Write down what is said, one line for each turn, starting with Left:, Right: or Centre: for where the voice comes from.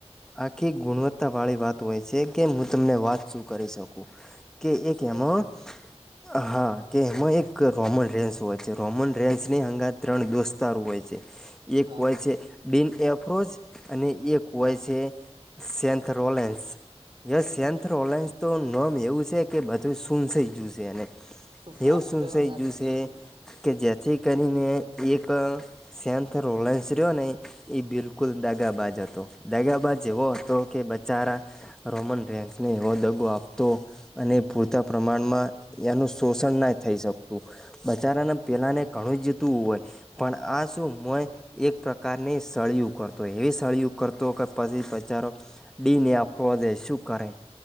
Centre: આખી ગુણવત્તા વાળી વાત હોય છે, કે હું તમને વાત શું કરી શકું કે એક
Right: શું કરી
Centre: એમાં
Right: શકો
Centre: હા કે એમાં એક રોમન રેન્સ હોય છે, રોમન ર્રેન્સની હગાથ ત્રણ દોસ્તારું હોય છે, એક
Right: હા
Centre: હોય છે બિ એફ્રજ અને એક હોય
Right: હા
Centre: છે, સેથ રોલેન્સ યસ સેન્થર ઓલાઇન્સ તો નોમ એવું છે, કે બધું શૂન થઈ ગયુ છે, એને
Right: વાત
Centre: એવુ સું
Right: તો
Centre: થય
Right: હાચી
Centre: ગયુ સે
Right: બિલકુલ
Centre: કે જેથી કરીને એક સેથ રોલેન્સ રહ્યો ને એ બિલકુલ દગાબાજ હતો દગાબાજ એવો હતો કે બચારા રોમન રેન્સને એવો દગો આપતો અને પૂરતા પ્રમાણમાં એનું શોષણ ના થઈ શકતું બચારાને પેલાને ઘણું જતું હોય પણ આ શું મય એક પ્રકારની સળયું કરતોય એવી સળીયું કરતો કે પછી બચારો ડીને આ પ્રોઝે શું કરે